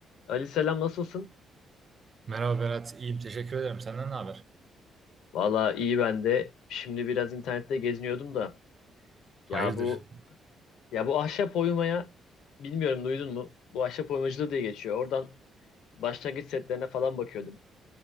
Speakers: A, on the left (about 80°); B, on the right (about 35°).
A: Ali selam nasılsın?
B: Merhaba Berat, iyiyim. Teşekkür ederim. Senden ne haber?
A: Valla iyi ben de. Şimdi biraz internette geziniyordum da
B: Hayırdır?
A: ya bu ya bu ahşap oymaya bilmiyorum duydun mu? Bu ahşap oymacılığı diye geçiyor. Oradan başlangıç setlerine falan bakıyordum.